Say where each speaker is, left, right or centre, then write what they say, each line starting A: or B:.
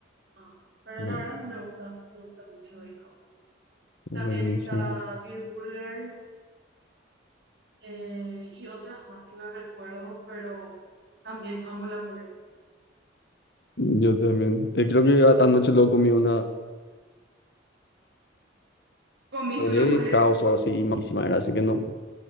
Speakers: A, on the right (about 60°); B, on the left (about 60°).
A: Ah, pero
B: No,
A: la verdad a mí me gusta, me gusta mucho bacon.
B: buenísimo.
A: También está Beer Burger eh, y otras más que no recuerdo, pero también amo la hamburguesa.
B: Yo también. Eh, creo que a- anoche luego comí una
A: Comiste una
B: de
A: hamburguesa.
B: caos o algo así, malísima era, así que no.